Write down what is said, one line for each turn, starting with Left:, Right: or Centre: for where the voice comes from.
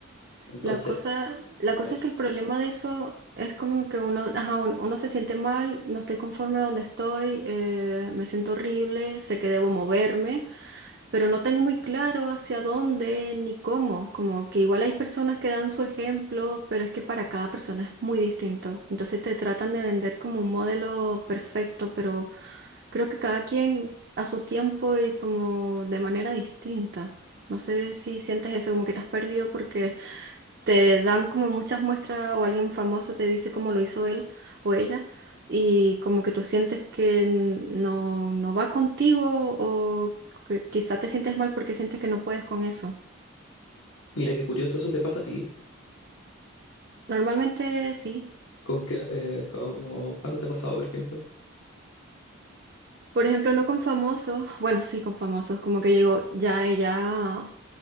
Left: Entonces,
Right: La cosa, la cosa
Left: eso.
Right: es que el problema de eso es como que uno, ajá, un- uno se siente mal, no estoy conforme donde estoy, eh, me siento horrible, sé que debo moverme. pero no tengo muy claro hacia dónde ni cómo. Como que igual hay personas que dan su ejemplo, pero es que para cada persona es muy distinto. Entonces te tratan de vender como un modelo perfecto, pero creo que cada quien a su tiempo y como de manera distinta. No sé si sientes eso, como que te has perdido porque te dan como muchas muestras o alguien famoso te dice cómo lo hizo él o ella y como que tú sientes que n- no, no va contigo o que quizá te sientes mal porque sientes que no puedes con eso.
Left: Mira qué curioso eso te pasa a ti,
Right: Normalmente sí.
Left: con que, eh, como- ¿cuándo te ha pasado, por ejemplo?
Right: Por ejemplo, no con famosos, <laughs> bueno, sí con famosos, como que yo digo, ya ella